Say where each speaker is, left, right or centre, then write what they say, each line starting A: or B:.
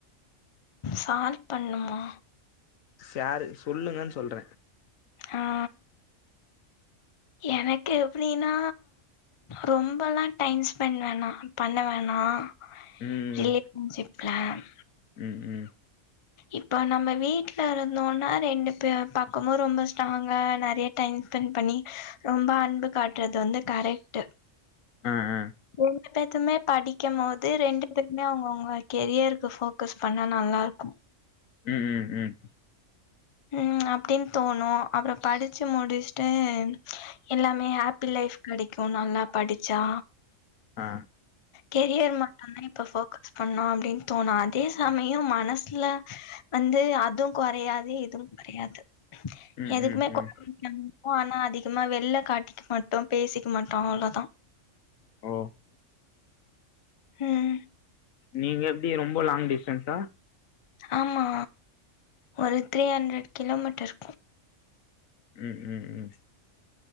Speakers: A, on the left; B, on the left.
A: சால் பண்ணுமா
B: ஷேரு சொல்லுங்கன்னு சொல்ற
A: ஹா எனக்கு எப்டினா ரொம்பல்ல டைம் ஸ்பெண்ட் வேணா பண்ண வேணா
B: ம்
A: <unintelligible>
B: ம் ம்
A: இப்ப நம்ம வீட்ல இருந்தோனா ரெண்டு பே பக்கமு ரொம்ப ஸ்ட்ராங்க நெறைய டைம் ஸ்பெண்ட் பண்ணி ரொம்ப அன்பு காட்றது வந்து கரெட்டு
B: அ அ
A: ரெண்டு பேத்துமே படிக்க போது ரெண்டு பேருமே அவுங்க அவுங்க கெரியருக்கு ஃபோக் கஸ் பண்ணா நல்லா இருக்கு
B: ம் ம் ம்
A: ம் அப்டின் தோணு அப்றோ படிச்சு முடிச்ட்டு எல்லாமே ஹாப்பி லைஃப் கெடைக்கு நல்லா படிச்சா
B: ஆ
A: கெரியர் மட்டும்தா இப்ப போக்கஸ் பண்ணோ அப்டின்னு தோணு அதே சமயோ மனசுல வந்து அதுவு கொறையாது இதுவு கொறையாது
B: ம்
A: எதுக்குமே
B: ம்
A: <inaudible>
B: ம்
A: எப்வு ஆனா அதிகமா வெளில காட்டிக்க மாட்டோ பேசிக்க மாட்டோ அவ்ளோதா
B: ஓ
A: ம்
B: நீங்க எப் டி நீங்க ரொம்ப லாங் டிஸ்டன்ஸா
A: ஆமா ஒரு த்ரீ ஹண்ட்ரட் கிலோமீட்டர் இருக்கு
B: ம் ம் ம்